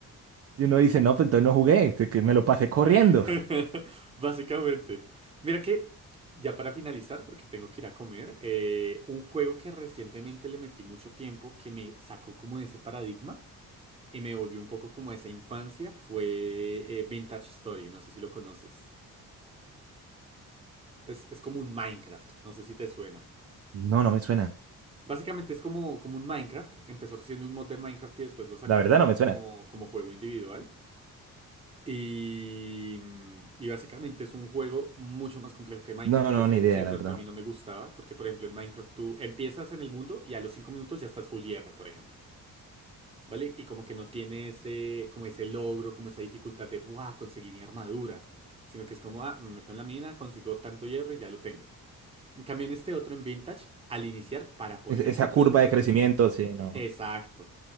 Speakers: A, on the right; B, on the right.
A: Y uno dice, no, pues entonces no jugué, que me lo pasé corriendo.
B: <laughs> Básicamente. Mira que, ya para finalizar, porque tengo que ir a comer, eh, un juego que recientemente le metí mucho tiempo, que me sacó como de ese paradigma. y me volvió un poco como a esa infancia fue eh, Vintage Story, no sé si lo conoces. Es, es como un Minecraft, no sé si te suena.
A: No, no me suena.
B: Básicamente es como, como un Minecraft, empezó siendo un mod de Minecraft y después lo sacaron
A: La verdad no me
B: como,
A: suena.
B: como juego individual. Y, mm, y básicamente es un juego mucho más complejo que Minecraft,
A: No,
B: que
A: no,
B: es
A: ni
B: algo
A: idea,
B: que de pronto
A: la verdad.
B: a mí no me gustaba, porque por ejemplo en Minecraft tú empiezas en el mundo y a los 5 minutos ya estás full hierro, por ejemplo. ¿vale? Y como que no tiene ese, como ese logro, como esa dificultad de, ¡buah! Conseguí mi armadura, sino que es como, ah, me meto en la mina, consigo tanto hierro y ya lo tengo. En cambio, en este otro, en Vintage, al iniciar, para poder
A: Es- esa
B: hacerte
A: curva
B: las herramientas.
A: de crecimiento, sí, no.
B: Exacto.